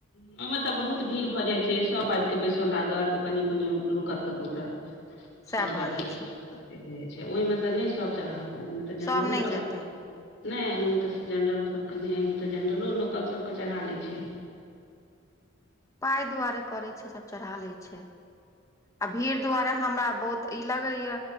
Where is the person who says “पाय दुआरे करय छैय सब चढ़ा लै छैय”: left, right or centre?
Left